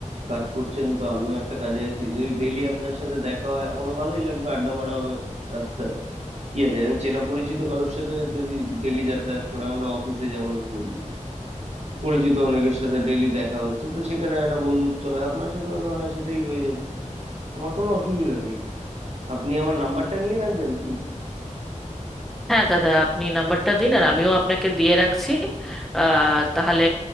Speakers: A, on the right; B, in the centre.
A: কাজ করছেন তো আমিও একটা কাজে আছি যদি ডেইলি আপনার সাথে দেখা হয় আমারও ভালোই লাগবে আড্ডা মারা হবে রাস্তায় কি আছে একজন চেনা পরিচিত কারোর সাথে যদি ডেইলি যাতায়াত করে আমরা অফিসে যেমন করি পরিচিত অনেকের সাথে ডেইলি দেখা হচ্ছে তো সেখানে একটা বন্ধুত্ব হয় আপনার সাথেও না হয় সেটাই হয়ে যাবে আমার কোনো অসুবিধা নেই আপনি আমার নাম্বারটা নিয়ে রাখবেন কি
B: হ্যাঁ দাদা আপনি নাম্বারটা দিন আর আমিও আপনাকে দিয়ে রাখছি আহ তাহলে